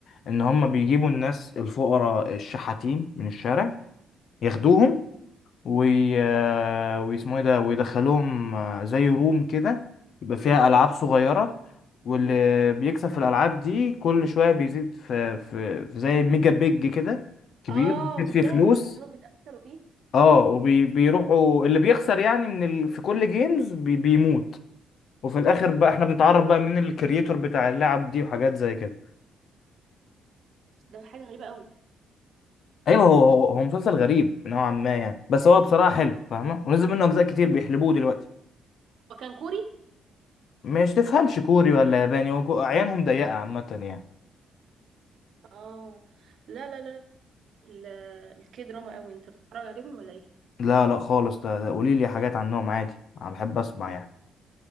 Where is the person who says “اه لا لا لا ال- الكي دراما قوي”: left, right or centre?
Right